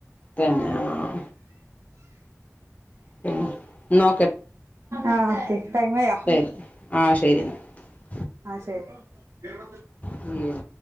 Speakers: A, on the left; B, on the right.
A: തന്നെ ആഹ് പിന്നെ എന്നാ
B: ആഹ് ആഹ് ഓക്കെ ടൈം ആയോ
A: ശെരി ആഹ് ശെരി ന്നാ
B: ആഹ് ശെരി.
A: എന്നാ